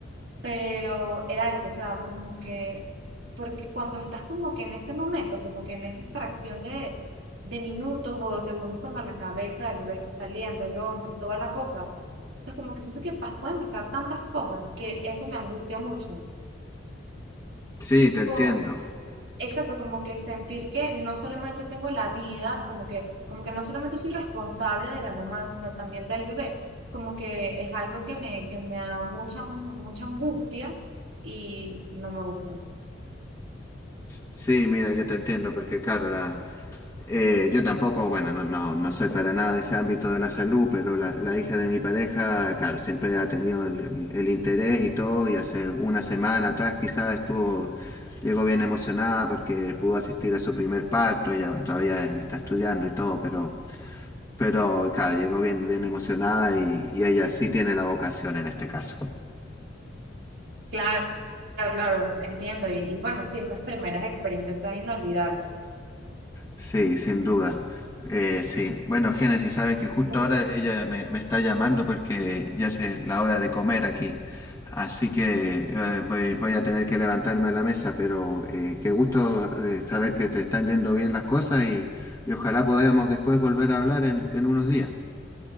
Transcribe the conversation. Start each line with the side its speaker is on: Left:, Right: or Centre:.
Right: pero era eso, o sea, como que, porque cuando estás como que en ese momento, como que en esa fracción de, de minutos o de segundos cuando la cabeza del bebé está saliendo, el hombro y toda la cosa, o sea, como que siento que pas- pueden pasar tantas cosas que eso me angustia mucho.
Left: Sí, te entiendo.
Right: Co- Exacto, como que sentir que no solamente tengo la vida, como que, como que no solamente soy responsable de la mamá, sino también del bebé, como que es algo que me, que me da mucha, mucha angustia y no me gusta.
Left: Sí, mira, yo te entiendo, porque claro, la, Eh, yo tampoco, bueno, no, no, no soy para nada de ese ámbito de la salud, pero la, la hija de mi pareja, claro, siempre ha tenido el, el el interés y todo, y hace una semana atrás quizás estuvo, llegó bien emocionada porque pudo asistir a su primer parto, ya bueno, todavía está estudiando y todo, pero, pero claro, llegó bien, bien emocionada y, y ella sí tiene la vocación en este caso.
Right: Claro, claro, claro, entiendo. Y, y bueno, sí, esas primeras experiencias son inolvidables.
Left: Sí, sin duda. Eh, sí, bueno, Génesis, sabes que justo
Right: Bu-
Left: ahora ella me, me está llamando porque ya es la hora de comer aquí. Así que eh, voy, voy a tener que levantarme a la mesa, pero eh, qué gusto eh, saber que te están yendo bien las cosas y, y ojalá podamos después volver a hablar en, en unos días.